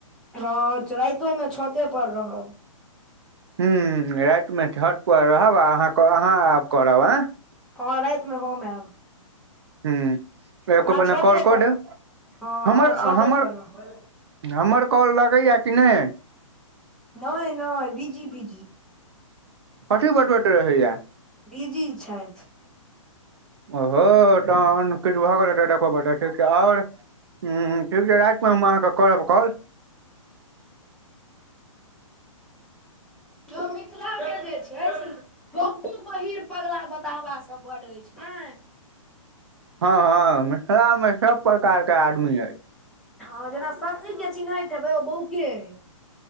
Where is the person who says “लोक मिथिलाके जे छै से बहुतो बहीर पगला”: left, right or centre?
Centre